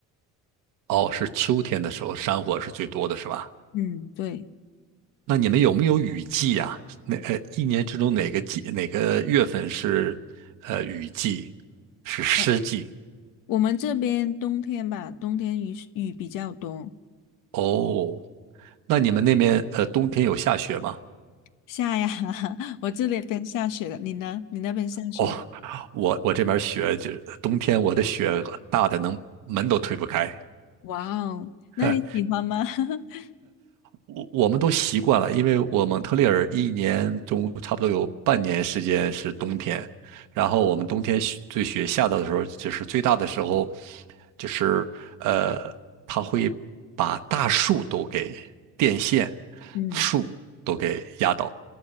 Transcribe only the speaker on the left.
嗯，对，
呃，我们这边冬天吧，冬天雨雨比较多，
下呀，<laughs> 我这里边下雪了，你呢？你那边下雪吗？
哇哦，那你喜欢吗？
<laughs>
嗯，